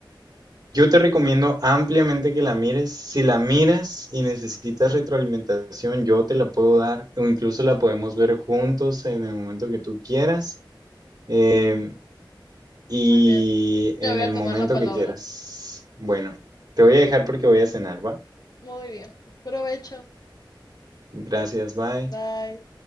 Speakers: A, on the right (about 50°); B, on the left (about 50°).
A: Yo te recomiendo ampliamente que la mires. Si la miras y necesitas retroalimentación, yo te la puedo dar o incluso la podemos ver juntos en el momento que tú quieras em, y
B: Muy bien.
A: en
B: Te voy
A: el
B: a tomar
A: momento
B: la palabra.
A: que quieras. Bueno, te voy a dejar porque voy a cenar, ¿va?
B: Muy bien. Provecho.
A: Gracias, bye.
B: Bye.